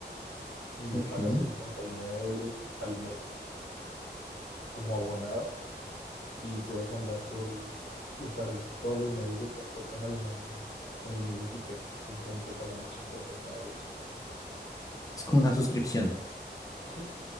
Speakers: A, on the left; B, on the left.
A: y
B: ok.
A: pagas 59 euros al mes como abonado y puedes andar por usar todos los medios de transporte en Alemania con el mismo tiquete, simplemente pagando 59 euros al mes.
B: Es como una suscripción.
A: Sí,